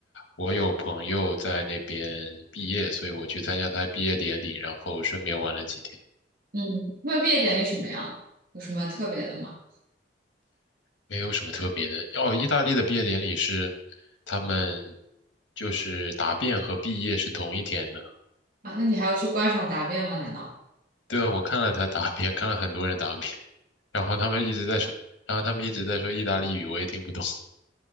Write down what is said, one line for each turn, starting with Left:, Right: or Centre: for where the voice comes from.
Left: 我有朋友在那边毕业，所以我去参加他毕业典礼，然后顺便玩了几天，
Right: 嗯，那毕业典礼什么样？有什么特别的吗？
Left: 没有什么特别的。哦，意大利的毕业典礼是他们就是答辩和毕业是同一天的。
Right: 啊，那你还要去观赏答辩吗？难道？
Left: 对啊，我看了他答辩，看了很多人答辩，然后他们一直在说，然后他们一直在说意大利语，我也听不懂。